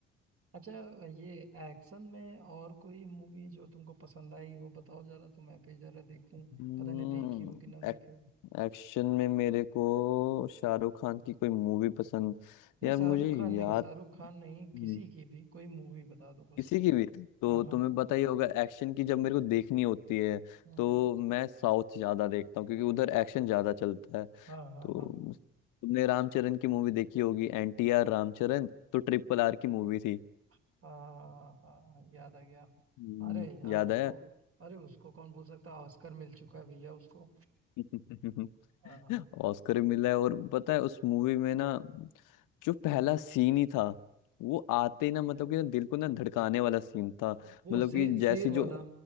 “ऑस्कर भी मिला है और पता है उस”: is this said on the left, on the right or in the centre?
Left